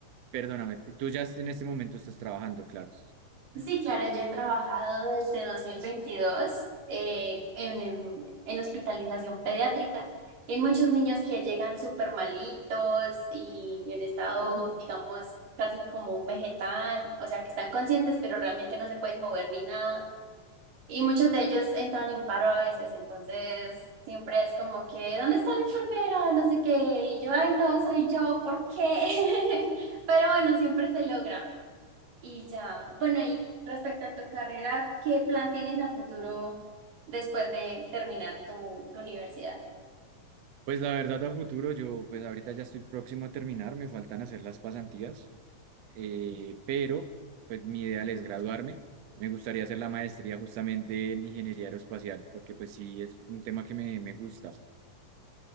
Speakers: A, on the right; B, on the right.
A: perdóname, tú ya en este momento estás trabajando, claro.
B: Sí, claro, yo he trabajado desde 2022 eh, en, en- en hospitalización pediátrica. Hay muchos niños que llegan súper malitos y en estado, digamos, casi como un vegetal, o sea, que están conscientes, pero realmente no se pueden mover ni nada. Y muchos de ellos entran en paro a veces, entonces siempre es como que, ¿dónde está la enfermera? No sé qué. Y yo, ay, no, soy yo, ¿por qué? <laughs> Pero bueno, siempre se logra. Y ya, bueno, y respecto a tu carrera, ¿qué plan tienes a futuro después de terminar tu, tu universidad?
A: Pues la verdad a futuro, yo pues ahorita ya estoy próximo a terminar, me faltan hacer las pasantías, eh, pero pues mi ideal es graduarme. Me gustaría hacer la maestría justamente en ingeniería aeroespacial, porque pues sí es un tema que me, me gusta.